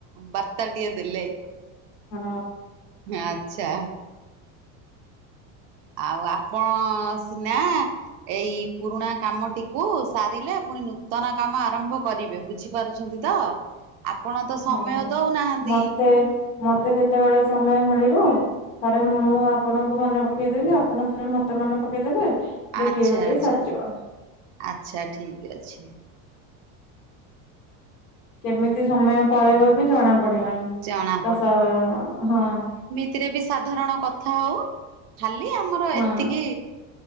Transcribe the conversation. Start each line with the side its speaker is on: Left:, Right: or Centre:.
Right: ବାର୍ତ୍ତାଟିିଏ ଦେଲେ।
Left: ହଁ।
Right: ଆଚ୍ଛା। ଆଉ ଆପଣ ସିନା ଏଇ ପୁରୁଣା କାମଟିକୁ ସାରିଲେ ପୁଣି ନୂତନ କାମ ଆରମ୍ଭ କରିବେ, ବୁଝିପାରୁ- ଅଛନ୍ତିତ? ଆପଣ ତ ସମୟ
Left: ହଉ।
Right: ଦଉନାହାନ୍ତି।
Left: ମତେ ମତେ ଯେତେବେଳେ ସମୟ ମିଳିବ। ଥରେ ମୁଁ ଆପଣଙ୍କୁ ମନେ ପକେଇଦେବି, ଆପଣ ଥରେ ମତେ ମନେ ପକେଇଦେବେ। ଗୋଟିଏ
Right: ଆଚ୍ଛା
Left: ଗୋଟିଏ
Right: ଆଚ୍ଛା
Left: ସରିିଯିବ।
Right: ଆଚ୍ଛା, ଠିକ୍ ଅଛି।
Left: କେମିତି ସମୟ ପଳେଇବ ବି ଜଣା ପଡିବନି
Right: ଜଣା
Left: ଦଶ ହଁ।
Right: ଏଥିରେ ବି ସାଧାରଣ କଥା ହଉ ଖାଲି ଆମର
Left: ହଁ।
Right: ଏତିକି